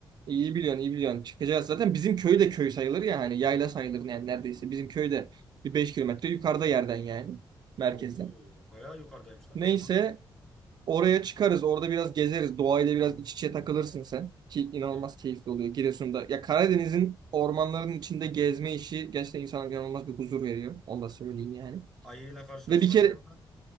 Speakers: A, on the right; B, in the centre.
A: İyi biliyorsun, iyi biliyorsun. Çıkacağız zaten. Bizim köy de köy sayılır ya hani yayla sayılır yani neredeyse. Bizim köyde bir 5 kilometre yukarıda yerden yani
B: Oo,
A: merkezden.
B: bayağı yukarıdaymış lan
A: Neyse
B: o zaman.
A: oraya çıkarız. Orada biraz gezeriz. Doğayla biraz iç içe takılırsın sen. Ki inanılmaz
B: Tamam.
A: keyifli oluyor Giresun'da. Ya Karadeniz'in ormanların içinde gezme işi gerçekten insana inanılmaz bir huzur veriyor. Onu da söyleyeyim yani.
B: Ayıyla karşılaşmayız
A: Ve bir kere
B: değil mi lan?